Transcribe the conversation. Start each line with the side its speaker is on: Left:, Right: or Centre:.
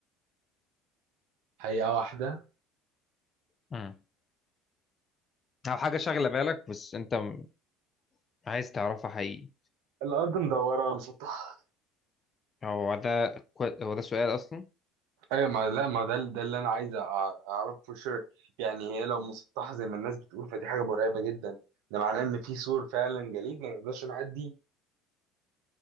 Right: حقيقه واحده
Left: امم او حاجة شاغلة بالك بس انت م- عايز تعرفها حقيقي
Right: الارض مدوره ولا مسطحه
Left: هو ده كو- هو ده سؤال اصلا
Right: ايوه ما لا ما ده ده اللي انا عايز أع- اعرفه شر يعني هي لو مسطحه زي ما الناس بتقول فدي حاجه مرعبه جدا ده معناه ان في سور فعلا جليد ما نقدرش نعدي